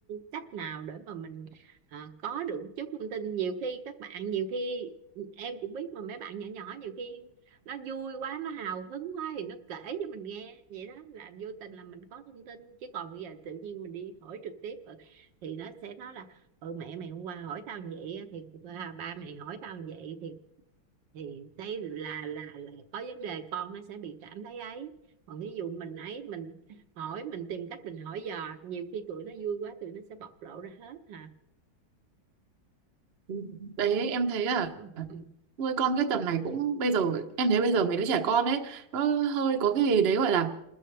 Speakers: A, on the right; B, on the right.
A: cách nào để mà mình Ờ, có được chút thông tin nhiều khi các bạn nhiều khi em cũng biết mà mấy bạn nhỏ nhỏ nhiều khi nó vui quá nó hào hứng quá thì nó kể cho mình nghe vậy đó là vô tình là mình có thông tin chứ còn bây giờ tự nhiên mình đi hỏi trực tiếp ờ, thì nó sẽ nói là ừ mẹ mày hôm qua hỏi tao như vậy á, thì à, ba mày hỏi tao như vậy thì thì thấy là là là có vấn đề con nó sẽ bị cảm thấy ấy còn ví dụ mình ấy mình hỏi mình tìm cách mình hỏi dò nhiều khi tụi nó vui quá tụi nó sẽ bộc lộ ra hết hả
B: Ừ. đấy em thấy là
A: Ừ. ừ.
B: nuôi con cái tầm này cũng bây giờ em thấy bây giờ mấy đứa trẻ con ấy nó hơi có cái gì đấy gọi là